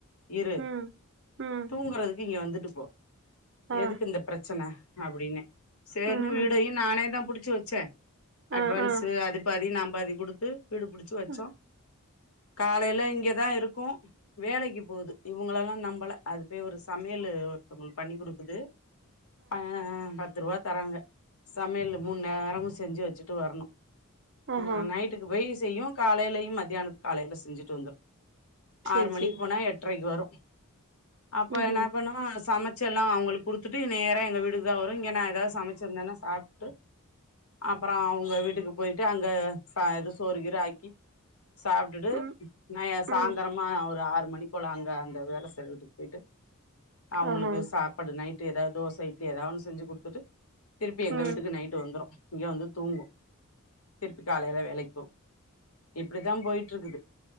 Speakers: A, on the left; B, on the right.
A: இரு
B: ம், ம்,
A: தூங்கறதுக்கு இங்க வந்துட்டு போ
B: ஆ,
A: எதுக்கு இந்த பிரச்சன அப்டின்னு சேர்னு
B: ம்,
A: வீடையு
B: ம்.
A: நானேதா புடுச்சு வெச்ச
B: ஆ,
A: அட்வான்ஸ்
B: ஆ,
A: அது பாதி நா பாதி குடுத்து வீடுபிடுச்சு வெச்சோ
B: ம்,
A: காலைல இங்கதா இருக்கு வேலைக்கு போகுது இவங்களயெல்லா நம்பல அது போய் ஒரு சமையலூ ஒருத்தவங்களுக்கு பண்ணி குடுக்குது ஆ பத்து ரூபா தராங்க சமையலு மூண் நேரமு செஞ்சு வெச்சுட்டு வரணு
B: ஆஹா.
A: ஆ நைட்டுக்கு போய் செய்யு காலைலயையும் மதியாதானத்துக்கு காலையில செஞ்சுட்டு வந்துரு
B: சரி,
A: ஆறு மணிக்கு
B: சரி.
A: போனா எட்டரைக்கு வரு அப்ப
B: ம்ஹ்ம்.
A: என்னா பண்ணுவா சம ச்சு எல்லா அவுங்களுக்கு குடுத்துட்டு நேரா எங்க வீட்டுக்குதா வரு இங்க நா எதாவது சமச்சிருந்தனா சாப்ட்டு அப்றோ அவுங்க வீட்டுக்கு போயிட்டு அங்க ச சோறு கீரு ஆ சாப்ட்டுட்டு
B: ம்,
A: ந சாய்ந்திரமா
B: ம்.
A: ஒரு ஆறு மணிக்கு போலாங்க அந்த வேல செய்ற வீட்டுக்கு போயிட்டு அவுங்களுக்கு
B: ஆஹா.
A: சா ப்பாடு நைட்டு் எதாவது தோச இட்லி எதாவது ஒன்னு செஞ்சு குடுத்துட்டு திருப்பி எங்க
B: ம்.
A: வீட்டுக்கு நைட்டு வந்துரு இங்க வந்து தூங்கு திருப்பி காலைல வேலைக்கு போவு இப்டிதான் போயிட்டு இருக்குது